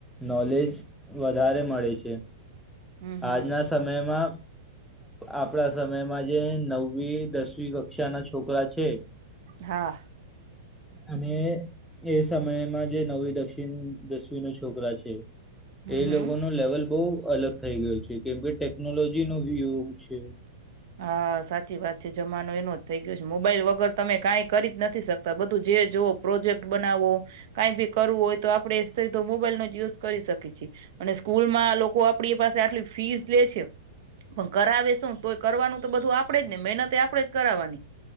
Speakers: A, in the centre; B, on the right.
A: નોલેજ વધારે મળે છે.
B: હમ હમ
A: આજના સમયમાં આપણા સમયમાં જે નવમી દસમી કક્ષાના છોકરા છે.
B: હા
A: અને એ સમયમાં જે નવવી દક્ષિણ દસમી ન છોકરા છે.
B: હમ
A: એ
B: હમ
A: લોકો ન લેવલ બહ અલગ થઈ ગયો છે કેમ ભાઈ ટેકનોલોજી નોયોગ છે.
B: હા સાચી વાત છે જમાનો એનો જ થઈ ગયો છે મોબાઈલ વગર તમે કઈ કરી જ નથી સકતા બધું જે જોવઓ પ્રોજેક્ટ બનાવવો કઈ બી કરવું હોય તો આપડણેે સીધો મોબાઈલનોો જ યુઝ કરી શકીએ છીએ અને સ્કૂલ માં લોકો આપડી પાસે આટલી ફીઝ લે છે પણ ઘ આવે શું તો કરવાનું તો બધું આપણેે જ ને મહેનત આપણેે જ કરાવવાની